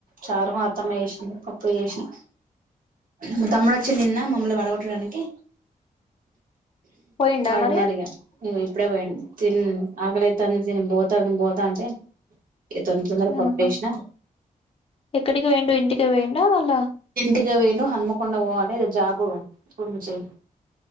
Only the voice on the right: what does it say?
చారు మా అత్తమ్మ పప్పు చేసిన మా తమ్ముడు వచ్చి నిన్న మమ్మల్ని వద రా నికి
ఆడు
ఉన్నాడిగా ఇంగో ఇప్పుడే పోయిండు తిన్ ఆకలేత్తాంది తిని పోతాను పోతా అంటే తొందర తొందర పప్పేసిన
ఇంటికే పోయిండు హన్మకొండ పోవాలె జాబ్ గురించె